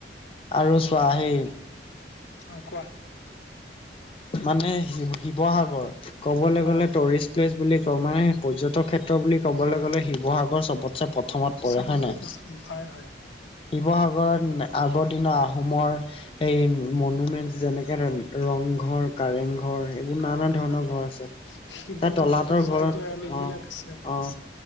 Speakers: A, on the left; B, on the left.
A: আৰু চোৱা হেই-
B: অঁ কোৱা।
A: মানে শিৱ শিৱসাগৰ ক'বলৈ গ'লে
B: অ
A: টৰিষ্ট প্লেচ বুলি কওঁ মানে পৰ্যটক ক্ষেত- ত্ৰ বুলি ক'বলৈ গ'লে শিৱসাগৰ চবতচে প্ৰথমত পৰে
B: চবতকৈ
A: হয় নাই।
B: পচন্দ হয় হয়
A: শিৱসাগৰত আগৰ দিনৰ আহোমৰ- এই মনুমেন্ট যেনেকে ৰংঘৰ- কাৰেং ঘৰ সেইবোৰ
B: কাৰেংঘৰ
A: নানা ধৰণৰ ঘৰ আছে।
B: শিৱদৌল
A: তাৰ তলাতৰ
B: জয়দৌল
A: ঘৰত অঁহ
B: এইবিলাক আছে
A: অঁহ।